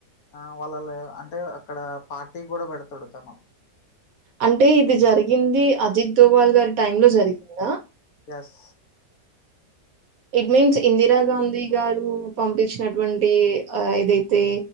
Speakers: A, on the left; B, on the right.
A: ఆ వాళ్ళలో అంటే అక్కడ పార్టీ కూడా పెడతాడు తను
B: అంటే ఇది జరిగింది అజిత్ దోవాల్ గారి టైమ్ లో జరిగిందా
A: యస్
B: ఇట్ మీన్స్ ఇందిరాగాంధీ గారు పంపించినటువంటి ఆ ఏదైతే